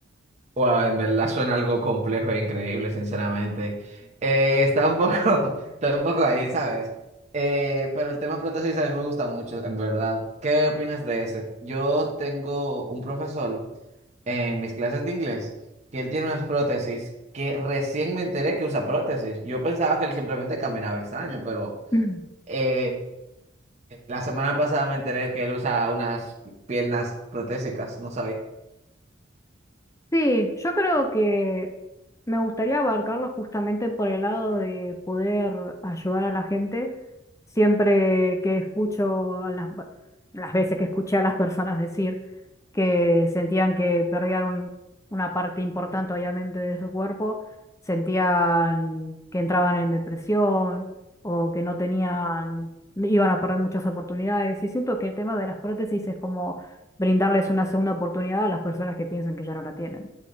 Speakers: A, on the right; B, on the left.
A: Wow, en verdad suena algo complejo e increíble, sinceramente. Eh, está un poco, <laughs> está un poco ahí, ¿sabes? Eh, pero el tema prótesis a mí me gusta mucho, en verdad. ¿Qué opinas de ese? Yo tengo un profesor en mis clases de inglés que él tiene unas prótesis que recién me enteré que usa prótesis. Yo pensaba que él simplemente caminaba extraño, pero
B: <laughs>
A: eh, la semana pasada me enteré que él usa unas piernas protésicas, no sabía.
B: Sí, yo creo que me gustaría abarcarlo justamente por el lado de poder ayudar a la gente. Siempre que escucho a las, las veces que escuché a las personas decir que sentían que perdían un- una parte importante, obviamente, de su cuerpo, sentían que entraban en depresión o que no tenían, iban a perder muchas oportunidades. Y siento que el tema de las prótesis es como brindarles una segunda oportunidad a las personas que piensan que ya no la tienen.